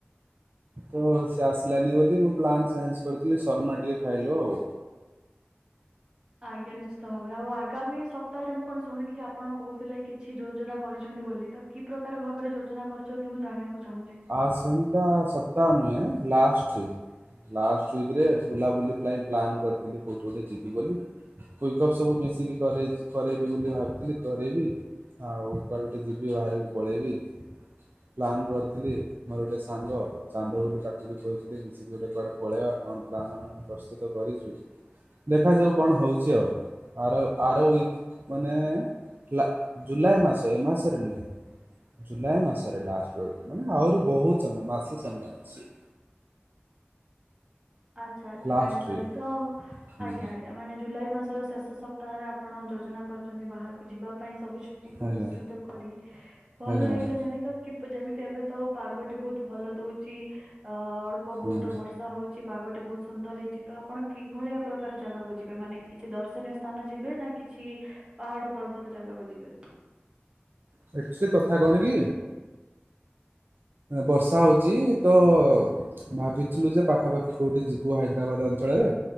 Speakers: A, on the right; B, on the right.
A: ତ ସେ ଆସିଲାନି ବୋଲି ମୁଁ ପ୍ଲାନ୍ ଚେଞ୍ଜ କରିଥିଲି ଶର୍ମା ଟିକେ ଖାଇଲୁ ଆଉ।
B: ଆଜ୍ଞା ନିଶ୍ଚିତ ଭାବରେ ଆଉ ଆଗାମୀ ସପ୍ତାହରେ ମୁଁ କଣ ଶୁଣିଥିଲି ଆପଣ କହୁଥିଲେ କିଛି ଯୋଜନା କରିଛନ୍ତି ବୋଲି ତ କି ପ୍ରକାର ଭାବରେ ଯୋଜନା କରିଛନ୍ତି ମୁଁ ଜାଣିବାକୁ ଚାହୁଁଛି?
A: ଆସନ୍ତା ସପ୍ତାହ ନୁହେଁ ଲାଷ୍ଟ ଉଇକ୍। ଲାଷ୍ଟ ୱିକରେ ବୁଲାବୁଲି ପାଇଁ ପ୍ଲାନ୍ କରିଥିଲି କେଉଁଠି ଗୋଟେ ଯିବି ବୋଲି। କୁଇକଅପ୍ ସବୁ ମିଶିକି କରେ କରେଇବି ବୋଲି ଭାବିଥିଲି କରେଇବି। ଆଉ କୁଆଡେ ଗଟେ ଯିବି ବାହାରକୁ ପଳେଇବି ପ୍ଲାନ୍ କରି ଥିଲି। ମୋର ଗୋଟେ ସାଙ୍ଗ ଚାନ୍ଦ ବୋଲି ତାକୁ ବି କହିଥିଲି ମି ଶିକି ଗୋଟେ କୁଆଡେ ପଳେଇବା କଣ ପ୍ଲାନ୍ ଆମେ ପ୍ରସ୍ତୁତ କରିଛୁ, ଦେଖାଯାଉ କଣ ହଉଛି ଆଉ? ଆର ଆର ଉଇକ ମାନେ ଲା ଜୁଲାଇ ମାସ ଏ ମାସରେ ନୁହଁ। ଜୁଲାଇ ମାସରେ ଲାଷ୍ଟକୁ ମାନେ ଆହୁରି ବହୁତ ସମୟ ମାସେ ସମୟ ଅଛି।
B: ଆଚ୍ଛା ଆଚ୍ଛା
A: ଲାଷ୍ଟ
B: ଜାଣି ପାରିଲି
A: ୱିକ୍
B: ତ
A: ହୁଁ
B: ଆଜ୍ଞା ଆଜ୍ଞା। ମାନେ ଜୁଲାଇ ମାସର ଶେଷ ସପ୍ତାହରେ ଆପଣ ଯୋଜନା କରିଛନ୍ତି ବାହାରକୁ ଯିବା ପାଇଁ ସବୁ ଛୁଟି କୁ
A: ଆଜ୍ଞା
B: ମିଶିତ କରି ଭଲ
A: ଆଜ୍ଞା
B: ଲାଗିଲା
A: ଆଜ୍ଞା
B: ଜାଣି ତ ଯେମିତି ଏବେ ତ ପାଗଟି ବହୁତ ଭଲ ଦଉଛି ଅ ଅଳ୍ପ
A: ହଁ
B: ବହୁତ ବର୍ଷା ହଉ ପାଗଟି ବହୁତ ସୁନ୍ଦର ହେଇଛି ତ ଆପଣ କିଭଳିଆ ପ୍ରକାର ଜାଗା କୁ ଯିବେ ମାନେ କିଛି ଦର୍ଶନୀୟ ସ୍ଥାନ ଯିବେ ନା କିଛି ପାହାଡ ପର୍ବତ ଜାଗାକୁ ଯିବେ?
A: ଏକ୍ଚୁଆଲି ସେ କଥା କଣ କି ବର୍ଷା ହଉଚି ତ ଭାବିଥିଲୁ ଯେ ପାଖାପାଖି କୋଉଠି ଯିବୁ ହାଇଦ୍ରାବାଦ ଅଞ୍ଚଳରେ?